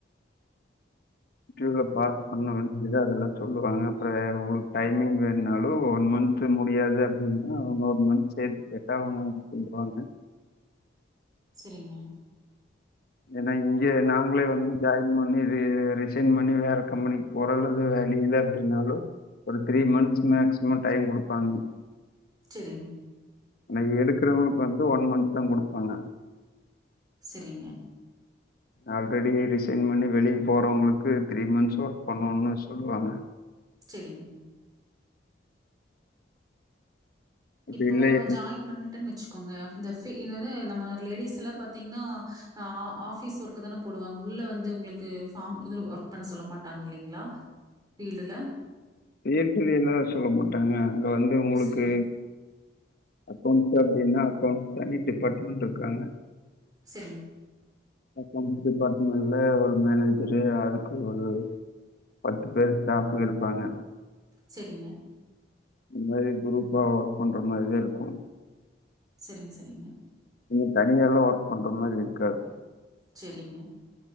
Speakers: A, on the left (about 55°); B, on the right (about 20°).
A: இன்ட்ரியூல பாஸ் பண்ணவங்கள்தா அதெல்லா சொல்லுவாங்க அப்றோ உங்ளுக்கு டைமிங் வேனுனாலு ஒன் மந்த் மந்த் முடியாது அப்டினா இன்னு ஒன் மந்த் சேத்து கேட்டா அவுங்க சொல்லுவாங்க
B: செரிங்க
A: ஏனா இங்க நாங்களே வந்து ஜாய்ன் பண்ணிது ரிசைன் பண்ணி வேற கம்பெனிக் போற இது வேல்யூ இல்ல அப்டினாலு ஒரு three months maximum time time குடுப்பாங்க
B: செரிங்
A: ஆனா எடுக்றவங்ளுக்கு வந்து ஒன் மன்த் தா குடுப்பாங்க
B: செரிங்க
A: ஆல்ரெடி ரிசைன் பண்ணி வெளிய போறவங்களுக்கு த்ரீ மன்த்ஸ் ஒர்க் பண்ணோனு சொல்லுவாங்க
B: செரிங்
A: அப்படி
B: இப்போ
A: இல்லை
B: ஜாய்ன் பண்ணிட்டன் வச்சுகோங்க இந்த ஃபீ இந்த வந்து நம்ம லேடிஸ்லா பாத்தீங்னா அ ஆஃபீஸ் ஒர்க்கு தான போடுவாங்க உள்ள வந்து உங்ளுக்கு ஃபாம் இதுல ஒர்க் பண்ண சொல்ல மாட்டாங் இல்லைங்ளா ஃபீல்டுல
A: ஃபீல்டு வேலா சொல்ல மாட்டாங்க அங்க வந்து உங்குளுக்கு
B: சரிங்க,
A: அக்கௌண்ட்ஸ் அப்டினா அக்கௌண்ட்ஸ் தனி டிபார்ட்மெண்ட் இருக்காங்க
B: செரிங்
A: அகாகௌன்ட் டிபாட்மெண்ட்ல ஒரு மேனேஜரு அதுக்கு ஒரு பத்து பேரு ஸ்டாஃபுக இருப்பாங்க
B: செரிங்க
A: இந்த மாரி க்ரூப்பா ஒர்க் பண்ற மாரிதா இருக்கு
B: செரிங் செரிங்க
A: நீங்க தனியாலா ஒர்க் பண்ற மாரி இருக்காது
B: செரிங்க